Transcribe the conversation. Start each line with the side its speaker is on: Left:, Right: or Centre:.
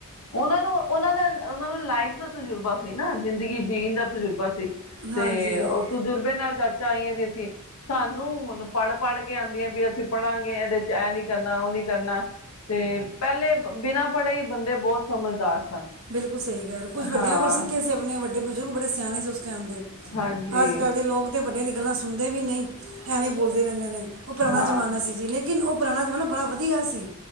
Left: ਉਹਨਾਂ ਨੂੰ ਉਹਨਾਂ ਦਾ ਉਹਨਾਂ ਨੂੰ ਲਾਈਫ ਦਾ ਤਜੁਰਬਾ ਸੀ। ਨਾ ਜ਼ਿੰਦਗੀ ਜੀਣ ਦਾ ਤਜੁਰਬਾ ਸੀ।
Right: ਹਾਂਜੀ
Left: ਤੇ ਉਹ ਤਜੁਰਬੇ ਨਾਲ ਜਾਚਾ, ਆਈਆਂ ਦੀ ਅਸੀਂ ਸਾਨੂੰ ਹੁਣ ਪੜ੍ਹ ਪੜ੍ਹ ਕੇ ਆਉਂਦੀਆਂ ਵੀ ਅਸੀਂ ਪੜਾਂਗੇ, ਇਹਦੇ ਚ ਇਹ ਨੀ ਕਰਨਾ ਉਹ ਨੀ ਕਰਨਾ ਤੇ ਪਹਿਲੇ ਬਿਨਾਂ ਪੜ੍ਹੇ ਈ, ਬੰਦੇ ਬਹੁਤ ਸਮਝਦਾਰ ਸਨ।
Right: ਬਿਲਕੁਲ ਸਹੀ ਹੈ। ਯਾਰ ਕੁਝ ਵੱਡਿਆਂ
Left: ਹਾਂ
Right: ਕੋਲ ਸਿੱਖੇ ਸੀ। ਆਪਣੇ ਵੱਡੇ ਬਜ਼ੁਰਗ ਬੜੇ ਸਿਆਣੇ ਸੀ। ਉਸ ਟਾਈਮ ਦੇ
Left: ਹਾਂਜੀ
Right: ਅੱਜ ਕੱਲ੍ਹ ਦੇ ਲੋਕ ਤਾਂ ਵੱਡਿਆਂ ਦੀ ਗੱਲਾਂ ਸੁਣਦੇ ਵੀ ਨਹੀਂ। ਐਵੇਂ ਬੋਲਦੇ ਰਹਿੰਦੇ ਨੇ ਉਹ ਪੁਰਾਣਾ
Left: ਹਾਂ
Right: ਜ਼ਮਾਨਾ ਸੀ ਜੀ ਲੇਕਿਨ ਲੇਕਿਨ, ਉਹ ਪੁਰਾਣਾ ਜ਼ਮਾਨਾ ਬੜਾ ਵਧੀਆ ਸੀ